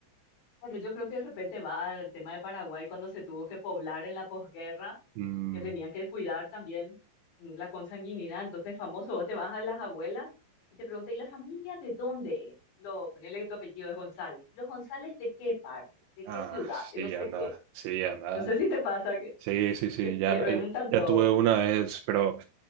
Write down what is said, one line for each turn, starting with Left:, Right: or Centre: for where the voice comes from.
Left: Bueno, yo creo que de repente va al tema de Paraguay cuando se tuvo que poblar en la posguerra
Right: Mm,
Left: que tenían que cuidar también mm, la consanguinidad. Entonces, famoso, vos te vas a las abuelas y te preguntas, ¿y la familia de dónde es? Lo, ponele que tu apellido es González. ¿Y los González de qué parte? ¿De qué
Right: ah,
Left: ciudad? De
Right: sí,
Left: no sé
Right: ya nada,
Left: qué.
Right: sí, ya nada.
Left: No sé si te pasa que,
Right: Sí, sí, sí,
Left: que
Right: ya,
Left: pie- preguntan
Right: ya, ya
Left: todo.
Right: tuve una vez, pero,